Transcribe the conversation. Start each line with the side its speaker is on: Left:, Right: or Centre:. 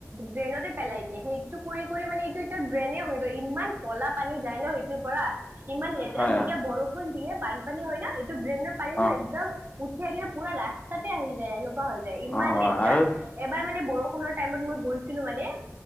Right: ড্ৰেইনতে পেলাই দিয়ে, সেইটো কৰি কৰি মানে এইটো এতিয়া ড্ৰেইনে হৈ গৈ, ইমান ক'লা পানী যায় ন সেইটোৰ পৰা, ইমান লেতেৰা,
Left: হয়
Right: যেতিয়া বৰষুণ দিয়ে বানপানী হয় না, এইটো গ্ৰেইনৰ <unintelligible>
Left: অ',
Right: একদম উঠিয় কিনে পুৰা ৰাস্তাতে আহি যায়। পা হৈ যায়, ইমান
Left: অ',
Right: লেতেৰা,
Left: আৰু
Right: এবাৰ মানে বৰষুণত টাইম মই গৈছিলো মানে